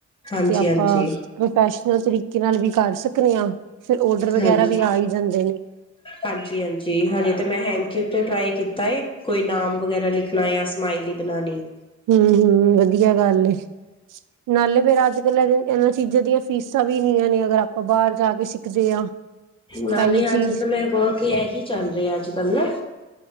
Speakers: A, on the left (about 15°); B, on the right (about 75°).
A: ਹਾਂਜੀ
B: ਤੇ ਆਪਾਂ
A: ਹਾਂਜੀ
B: ਪ੍ਰੋਫੈਸ਼ਨਲ ਤਰੀਕੇ ਨਾਲ ਵੀ। ਕਰ ਸਕਨੇ ਆ। ਫਿਰ ਓਡਰ ਵਗੈਰਾ
A: ਹਾਂਜੀ
B: ਵੀ ਆ ਹੀ ਜਾਂਦੇ ਨੇ।
A: ਹਾਂਜੀ ਹਾਂਜੀ ਹਜੇ ਤੇ ਮੈ ਹੈਂਕੀ ਉੱਤੇ ਟਰਾਈ ਕੀਤਾ ਏ ਕੋਈ ਨਾਮ ਵਗੈਰਾ ਲਿਖਣਾ ਜਾਂ ਸਮਾਈਲੀ ਬਣਾਣੀ
B: ਹੁੰ-ਹੁੰ ਵਧੀਆ ਗੱਲ ਏ ਨਾਲੇ ਫੇਰ ਅਜ ਕਲ੍ਹ <unintelligible> ਇਹਨਾਂ ਚੀਜ਼ਾਂ ਦੀਆਂ ਫੀਸਾਂ ਵੀ ਨੀਆਂ ਨੇ ਅਗਰ ਆਪਾਂ ਬਾਹਰ ਜਾ ਕੇ ਸਿੱਖਦੇ ਆ
A: ਨਾਲੇ
B: ਇਹੀ ਚੀਜ਼
A: ਅੱਜ ਕਲ ਏ ਵਰਕ ਏਹੀ ਚੱਲ ਰਿਹਾ ਅੱਜਕੱਲ ਨਾ